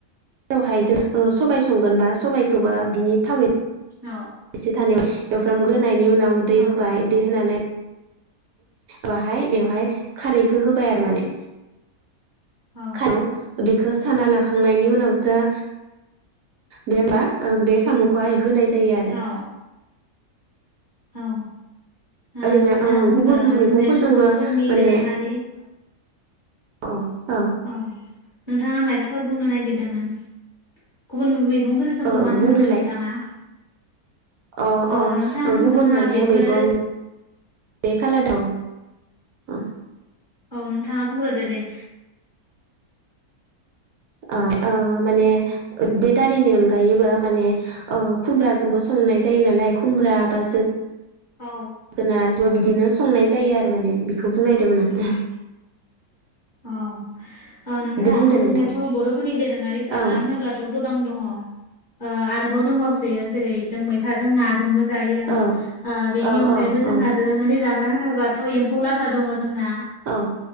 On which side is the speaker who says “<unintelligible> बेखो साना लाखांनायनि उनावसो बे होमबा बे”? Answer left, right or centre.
Right